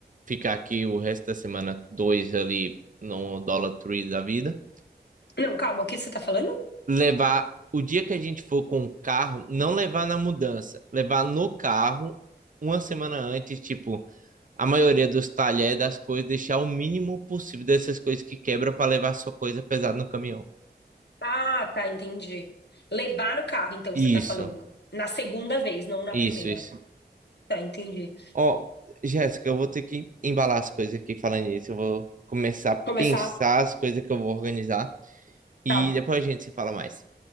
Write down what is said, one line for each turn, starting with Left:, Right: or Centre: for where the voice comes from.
Right: ficar aqui o resto da semana, dois ali no Dollar Tree da vida.
Left: Não, calma, o que você tá falando?
Right: Levar o dia que a gente for com o carro, não levar na mudança, levar no carro uma semana antes, tipo, a maioria dos talheres das coisas, deixar o mínimo possível dessas coisas que quebra para levar sua coisa pesada no caminhão.
Left: Ah, tá, entendi. Levar no carro, então,
Right: Isso,
Left: você tá falando. Na segunda vez, não na
Right: isso,
Left: primeira.
Right: isso.
Left: Tá, entendi.
Right: Ó, Jéssica, eu vou ter que embalar as coisas aqui falando isso. Eu vou começar a pensar
Left: Começar?
Right: as coisas que eu vou organizar e
Left: Tá,
Right: depois a gente se fala mais.